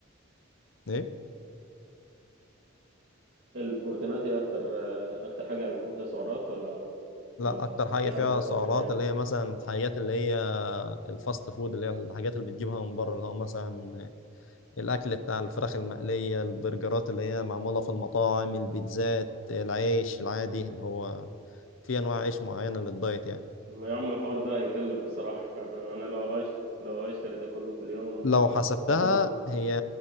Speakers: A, on the left; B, on the right.
A: ايه
B: البروتينات هي اكتر آه، اكتر حاجه يعني بيكون فيها سعرات ولا
A: لا
B: ولا
A: اكتر حاجه
B: في
A: فيها
B: حاجه اكتر
A: سعرات
B: منها يعني
A: اللي هي مثلا الحاجات اللي هي الفاست فود اللي هي الحاجات اللي بتجيبها من بره اللي هو مثلا الاكل بتاع الفراخ المقليه البرجرات اللي هي معموله في المطاعم البيتزات العيش العادي اللي هو في انواع عيش معينه للدايت يعني
B: ما يا عم الحوار ده هيكلف بصراحه <laughs> انا لو هش لو هشتري ده كله في اليوم
A: لو
B: آه،
A: حسبتها
B: هفلس
A: هي